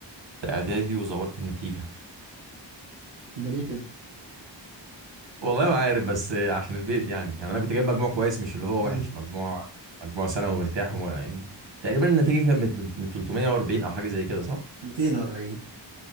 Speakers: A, on the right; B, on the right.
A: اعدادي وزورت النتيجه <laughs>
B: ده ليه كده
A: والله ما عارف بس عشان البيت يعني يعني انا كنت جايب مجموع كويس مش اللي هو
B: مم.
A: وحش مجموع مجموع ثانوي مرتاح وم... يعني تقريبا النتيجه كانت من من 340 او حاجه زي كده صح
B: 240